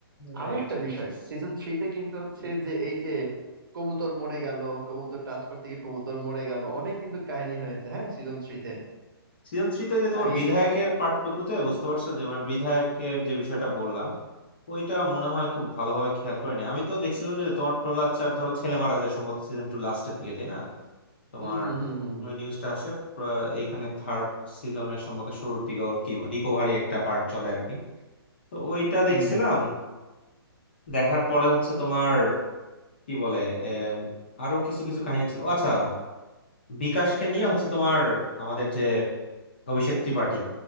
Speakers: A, on the left; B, on the right.
A: right
B: আরো একটা
A: right
B: বিষয় সিজন থ্রিতে কিন্তু হচ্ছে যে এই যে কবুতর মরে গেল কবুতর টাচ করতে গিয়ে কবুতর মরে গেল অনেক কিন্তু কাহিনী হয়েছে হ্যাঁ সিজন থ্রিতে
A: সিজন থ্রিতে তোমার
B: আমি
A: বিধায়কের পার্টটুকুতে বুঝতে পারছো যে মানে বিধায়কের যে বিষয়টা বললা ওইটা মনে হয় খুব ভালোভাবে খেয়াল করিনি আমি তো দেখছিলাম যে তোমার প্রহ্লাদ চার ধরো ছেলে মারা যায় সম্ভবত সিজন টু লাস্টের দিকে তাই না তোমার
B: হুম হুম হুম হুম হুম
A: ওই নিউজটা আসে প্রা- এইখানে থার্ড সিজনের সম্ভবত শুরুর দিকে ওর কি রিকভারি একটা পার্ট চলে আর কি তো ওইটা
B: হুম
A: দেখছিলাম
B: হুম হুম।
A: দেখার পরে হচ্ছে তোমার কি বলে এম, আরো কিছু কিছু কাহিনী ছিল ও আচ্ছা বিকাশকে নিয়ে হচ্ছে তোমার আমাদের যে অভিষেক ত্রিপাঠী